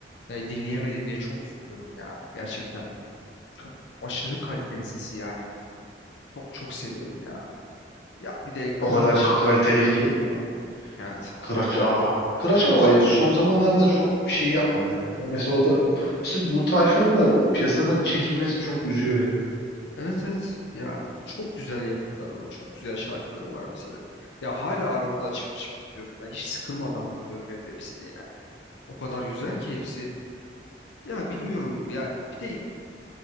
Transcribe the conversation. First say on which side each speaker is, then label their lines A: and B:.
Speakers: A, on the left; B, on the left.
A: e, dinleyemedim diye çok üzülüyorum ya. Gerçekten çok aşırı kaliteli sesi yani. Çok çok seviyorum ya. Ya bir de
B: O
A: Kıraç.
B: kadar kaliteli ki. Yani,
A: Evet.
B: Kıraç aa. Kıraç
A: Kıraç'ı
B: ama
A: da çok
B: son
A: severim.
B: zamanlarda çok bir şey yapmadı herhalde. Mesela o da
A: Evet.
B: mesela bu tayfanın da o piyasadan çekilmesi çok üzüyor beni.
A: Evet evet. Ya çok güzel yapıtları var. Çok güzel şarkıları var mesela. Ya hala arabada açıp açıp dinliyorum. Ben hiç sıkılmadan dinliyorum hem de hepsini yani. O kadar güzel ki hepsi. Ya bilmiyorum ya. Bir de